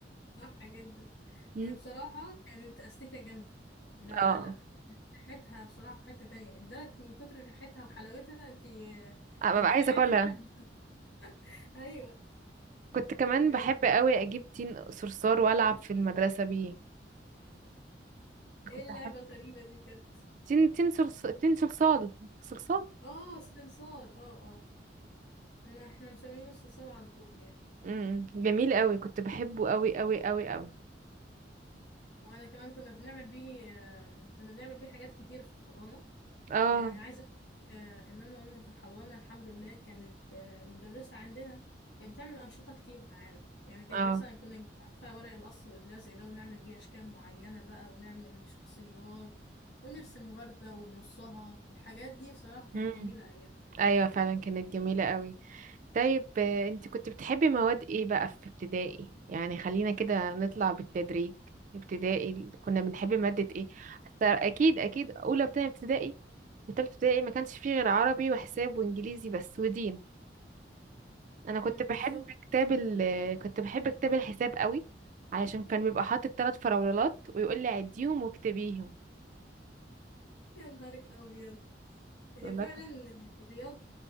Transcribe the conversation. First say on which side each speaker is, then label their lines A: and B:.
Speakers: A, on the left; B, on the right.
A: صح جدا
B: مم.
A: هي بصراحه كانت استيكه جامده لا
B: اه
A: لا لا ريحتها بصراحه في حته تانية لدرجه من كتر ريحتها وحلاوتها انت
B: آه، ببقى
A: كان في
B: عايزه
A: عيال
B: اكلها
A: فعلا <laughs> ايوه
B: كنت كمان
A: بجد
B: بحب قوي اجيب تين صرصار والعب في المدرسه بيه
A: ايه
B: كنت
A: اللعبه
B: احب
A: الغريبه دي بجد
B: تين تين صرص تين صلصال صلصال
A: اه استئصال اه اه انا احنا مسمينه استئصال على طول يعني
B: امم جميل قوي كنت بحبه قوي قوي قوي قوي
A: وانا كمان كنا بنعمل بيه آم، كنا بنعمل بيه حاجات كتير في الحضانه
B: اه
A: يعني عايزة أقولك، آه، إن أنا وأنا في الحضانة الحمد لله كانت آه، المدرسة عندنا كانت بتعمل أنشطة كتير معانا يعني كانت
B: اه
A: مثلا كنا نجيب عارفة ورق القص واللزق زي ده ونعمل بيه أشكال معينة بقى ونعمل شخصيات ونرسم وردة ونصها الحاجات دي بصراحة كانت
B: امم
A: جميلة أيام
B: ايوه فعلا كانت جميله قوي طيب آه، انت كنت بتحبي مواد ايه بقى في ابتدائي يعني خلينا كده نطلع بالتدريج ابتدائي ال- كنا بنحب ماده ايه حتى اكيد اكيد اولى وتانية ابتدائي وتالتة ابتدائي ما كانش فيه غير عربي وحساب وانجليزي بس ودين انا
A: امم
B: كنت بحب
A: بالظبط
B: كتاب ال آه، كنت بحب كتاب الحساب قوي علشان كان بيبقى حاطط ثلاث فراولات ويقول لي عديهم واكتبيهم
A: يا نهارك أبيض هي
B: والله
A: فعلا
B: كنت-
A: الرياضة